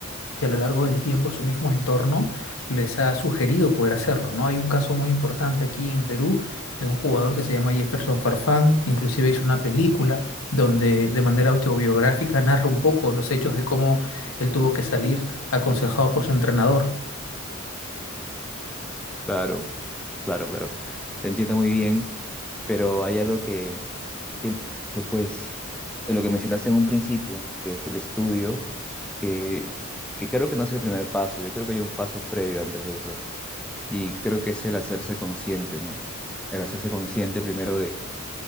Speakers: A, on the left; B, in the centre.
A: que a lo largo del tiempo su mismo entorno les ha sugerido poder hacerlo, ¿no? Hay un caso muy importante aquí en Perú de un jugador que se llama Jefferson Farfán, inclusive hizo una película donde de manera autobiográfica narra un poco los hechos de cómo él tuvo que salir aconsejado por su entrenador.
B: Claro, claro, claro. Te entiendo muy bien, pero hay algo que, que, que pues, de lo que mencionaste en un principio, que es el estudio, que, que creo que no es el primer paso. Yo creo que hay un paso previo antes de eso. Y creo que es el hacerse consciente, ¿no? El hacerse consciente primero de que